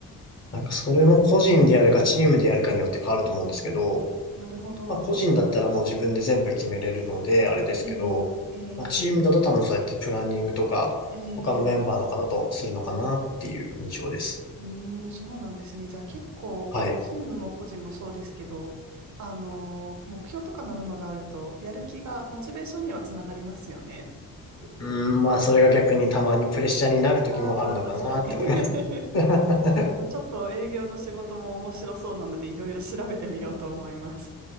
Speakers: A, on the left (about 40°); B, on the right (about 50°).
A: なんかそれも個人でやるかチームでやるかによって変わると思うんですけど、
B: あ、なるほど。
A: まあ個人だったらもう自分で全部決めれるので、あれですけど、
B: えー、えー、
A: まあチームだと多分そうやってプランニングとか、
B: えー、
A: 他のメンバーの方とするのかなっていう印象です。
B: うーん、そうなんですね。じゃあ結構、こう、
A: はい。
B: チームも個人もそうですけど、あのー目標とかノルマがあると、やる気が、モチベーションにはつながりますよね。
A: うーん、まあそれが逆にたまにプレッシャーになる時もあるのかなって思います。
B: ああ、まあ確かに。<laughs>
A: <laughs>
B: いやちょっと営業の仕事も面白そうなので、いろいろ調べてみようと思います。